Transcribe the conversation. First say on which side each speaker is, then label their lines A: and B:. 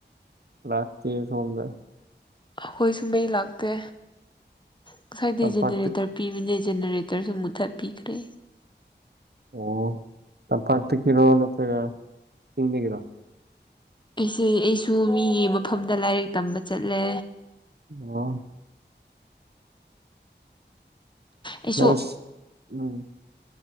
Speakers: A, on the right (about 60°); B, on the left (about 25°).
A: ꯂꯥꯛꯥꯑꯦ ꯁꯣꯝꯗ
B: ꯑꯩꯈꯣꯏꯁꯨ ꯃꯩ ꯂꯥꯛꯇꯦ ꯉꯁꯥꯏꯗꯤ
A: ꯇꯝꯄꯥꯛꯇ
B: ꯖꯦꯅꯦꯔꯦꯇꯔ ꯄꯤꯕꯅꯦ ꯖꯦꯅꯔꯦꯇꯔꯁꯨ ꯃꯨꯊꯠꯄꯤꯈ꯭ꯔꯦ
A: ꯑꯣ ꯇꯝꯄꯥꯛꯇ ꯒꯤꯔꯣ ꯅꯠꯇ꯭ꯔꯒ ꯆꯤꯡꯗꯒꯤꯔꯣ
B: ꯑꯩꯁꯦ ꯑꯩꯁꯨ ꯃꯤꯒꯤ ꯃꯐꯝꯗ ꯂꯥꯏꯔꯤꯛ ꯇꯝꯕ ꯆꯠꯂꯦ
A: ꯑꯣ
B: ꯑꯩꯁꯨ
A: <unintelligible> ꯎꯝ